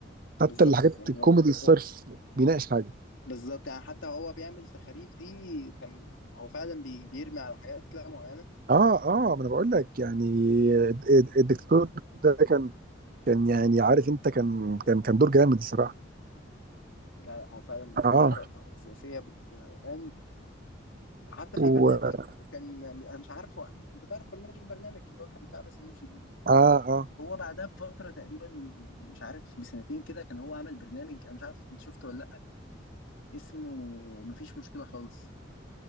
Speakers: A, on the right; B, on the left.
A: حتى
B: بالظبط
A: الحاجات
B: يعني
A: الكوميدي
B: هو
A: الصرف
B: هو-
A: بيناقش حاجه
B: بالظبط يعني حتى هو بيعمل تخاريف دي كان هو فعلا بي- بيرمي على حاجات كده معينة
A: اه اه ما انا بقول لك يعني الد- الد- الدكتور ده كان كان يعني عارف انت كان كان كان دور جامد الصراحه
B: لا لا، هو فعلا
A: اه
B: ليه آراء كده سياسية بت فاهم حتى في
A: و
B: برنامج
A: اه
B: كان أنا مش عارفه انت تعرف برنامج البرنامج اللي هو كان بتاع باسم يوسف ده
A: اه
B: هو بعدها بفترة تقريبا مش عارف بسنتين كده كان هو عمل برنامج انا مش عارف انت شفته ولا لأ اسمه مفيش مشكلة خالص